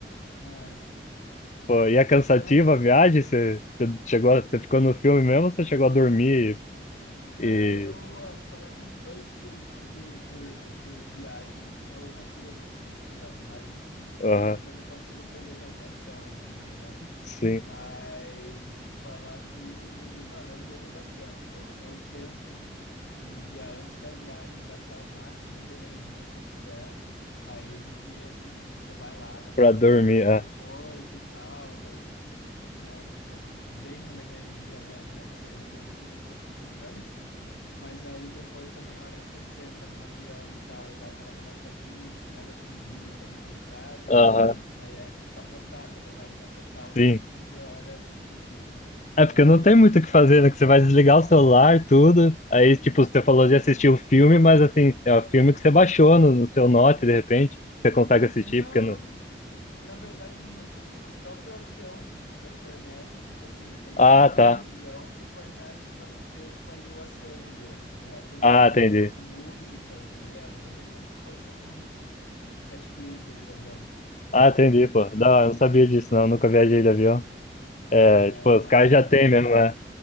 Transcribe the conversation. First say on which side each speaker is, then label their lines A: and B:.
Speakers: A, on the left; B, on the left.
A: É.
B: Pô, e é cansativa
A: É.
B: a viagem? Você, você chegou, a- você ficou no filme mesmo ou você chegou a dormir
A: Não,
B: e,
A: eu ah, falar que uns dois filmes por, vi, por, por viagem, assim, eu consigo assistir, tá ligado? Mais do que isso também,
B: e- aham,
A: daí eu já não consigo prender minha atenção, assim, tá ligado?
B: sim,
A: Mas falar que, mano, eu durmo bastante. Eu, eu tento no dia antes da viagem, gastar o máximo de energia que eu puder. Aí no dia, assim, você vai lá, né? Tem
B: pra
A: todo
B: dormir,
A: esse lance do
B: ah,
A: aeroporto e tal, daí você, né, você vem uma energia mesmo, né? Pra você resolver todos esses trâmites. Mas aí depois também a hora que você senta ali no avião e tal, e dá aquela relaxadinha, pega a comidinha também que eles trazem,
B: aham,
A: mano, aí é capotar, tá ligado? Capotar o
B: sim.
A: máximo de horas possível.
B: É porque não tem muito o que fazer, né? Que você vai desligar o celular, tudo. Aí, tipo, você falou de assistir o filme, mas assim, é o filme que você baixou no, no seu Note, de repente. Você consegue assistir,
A: Não,
B: porque não.
A: na verdade, no- o, o próprio avião já fornece, tipo assim, tem um
B: Ah,
A: sistema
B: tá.
A: do avião que fornece pra você, tipo, ali o acervo deles, tá ligado? Tanto
B: Ah,
A: de filme
B: entendi.
A: quanto música, tá ligado? É meio como se fosse um Netflix ali do avião, tá
B: Ah,
A: ligado?
B: entendi, pô. Não, eu não sabia disso, não. Nunca viajei de avião. É,
A: É,
B: tipo,
A: não,
B: os caras
A: então.
B: já têm mesmo, né?